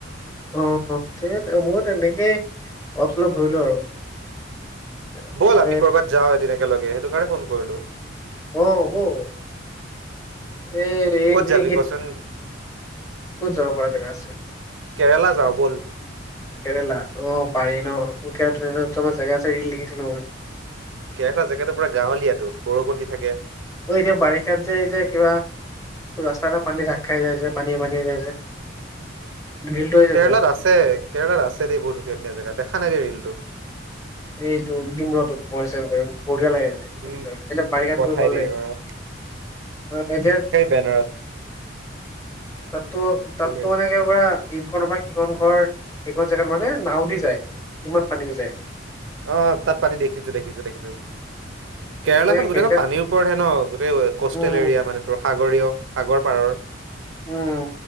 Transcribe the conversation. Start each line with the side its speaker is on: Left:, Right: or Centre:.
Left: অ', সেই মই তেনেকেই অলপ চলপ ঘূৰিলো আৰু। তাৰপিছে
Right: ব'ল আমি ক'ৰবাত যাওঁ এদিন একেলগে সেইটো কাৰণে ফোন কৰিলো।
Left: অ', হ'ব। এ, এই
Right: ক'ত
Left: হে
Right: যাবি
Left: এই
Right: কচোন
Left: ক'ত যাব পৰা জেগা আছে?
Right: কেৰেলা যাওঁ ব'ল।
Left: কেৰেলা অ' পাৰি ন, উঠিয়া উঠিটো জেগা আছে ৰিল দেখিছিলো মই।
Right: কেৰেলা জেগাটো পুৰা গাঁৱলীয়া বৰষুণ দি থাকে।
Left: ঐ, এতিয়া বাৰিষাত যে যে কিবা ৰাস্তা এটা পানী ঢাক খাই যায় যে পানীয়ে পানীয়ে যায় যে। ৰিলটো আহিছে
Right: কেৰেলাত
Left: তোৰ
Right: আছে কেৰেলাত আছে দেই বহুত ধুনীয়া ধুনীয়া জেগা দেখা নাই দেই ৰিলটো।
Left: এইটো ডিম ৰহ তোক মই চেণ্ড কৰিম বঢ়িয়া লাগে সেইটো
Right: উম
Left: জেগাত। এতিয়া বাৰিষাত
Right: মোক পঠাই
Left: গৈ ভাল
Right: দিবি
Left: লাগে।
Right: বাৰু
Left: অ', এতিয়া
Right: বেনাৰস
Left: তাতো, তাতো
Right: শুনি আছো।
Left: এনেকে পৰা ইখনৰ পৰা সিখন ঘৰ, সিখন জাগাত মানে নাও দি যায়, সিমান পানী হৈ যায়।
Right: অঁ, তাত পানী দেখিছো, দেখিছো, দেখিছো। কেৰেলাখন
Left: তে সেইবিলাক
Right: গোটেইখন পানীৰ ওপৰতে ন, গোটেই কষ্টেল
Left: উম
Right: এৰিয়া মানে তোৰ সাগৰীয় সাগৰ পাৰৰ।
Left: উম,